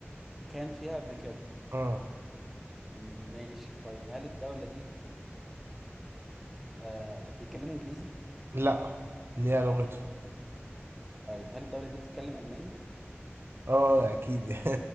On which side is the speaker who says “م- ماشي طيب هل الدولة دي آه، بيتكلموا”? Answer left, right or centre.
Centre